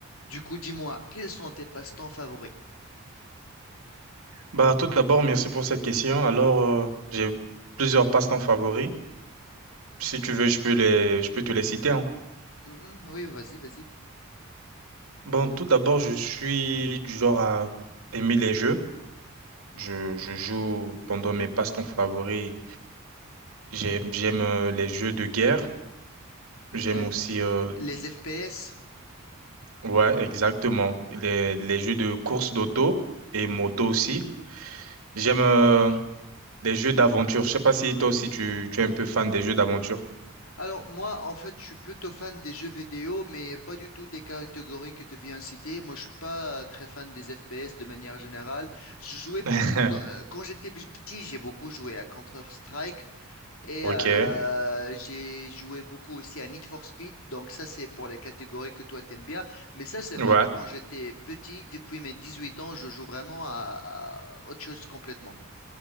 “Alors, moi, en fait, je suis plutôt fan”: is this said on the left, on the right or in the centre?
Left